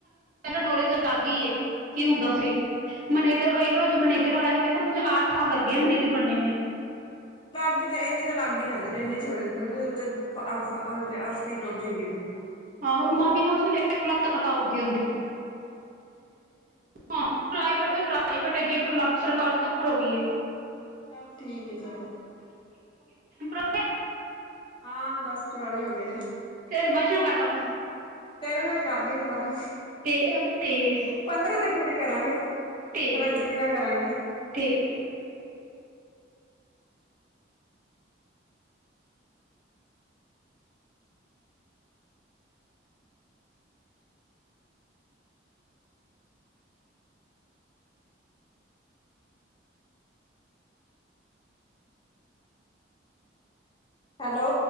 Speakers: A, on the right; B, on the left.
A: ਸਾਡਾ ਨੌਲੇਜ ਅਲੱਗ ਹੀ ਕੀ ਹੁੰਦਾ ਸੀ ਮਨੇਜਰ ਇੱਕੋ ਮਨੇਜਰ ਵਾਲਾ ਕਹਿੰਦੇ ਮੁਝੇ ਆਠ ਸਾਲ ਲੱਗ ਗਿਆ ਮਨੈਜਰ ਬਣਨੇ ਮੈ
B: ਲੱਗ ਤੇ ਇੰਨੇ ਤੇ ਲੱਗ ਹੀ ਜਾਂਦੇ ਨੇ ਇੰਨੇ ਛੋੜੇ ਉਹਦੇ ਤੇ ਅਰਸ਼ ਹੀ ਟੁੱਟ ਜਾਂਗੀ ਤੂੰ,
A: ਹਾਂ ਮਾਮੀ ਨੂੰ ਲੱਖ ਲਖਾਓਗੀ ਔਦੀ ਪ੍ਰਾਈਵੇਟ ਓਹੀ ਪ੍ਰਾਈਵੇਟ ਹੈਗੀ ਇੱਕ ਲੱਖ ਸਰਕਾਰੀ ਤੋਂ ਉੱਪਰ ਹੋ ਗਈ
B: ਚੱਲ ਠੀਕ ਹੈ ਚਲੋ
A: ਅੱ
B: ਹਾਂ ਦਸ ਚੋਆਲੀ ਹੋ ਗਏ ਨੇ
A: ਫਿਰ <unintelligible>
B: ਤੇਰੇ ਨਾਲ ਹੀ ਕਰਦੀ ਆ ਦੁਬਾਰਾ
A: ਠੀਕ ਠੀਕ
B: ਪੰਦਰੋਂ ਤੇ ਪੂਰੀ ਕਰਾਂ ਮੈਂ ਫਿਰ
A: ਠੀਕ
B: ਅੰਜਲੀ ਨਾ ਕਰਾਂਗੀ
A: ਠੀਕ
B: ਹੈਲੋ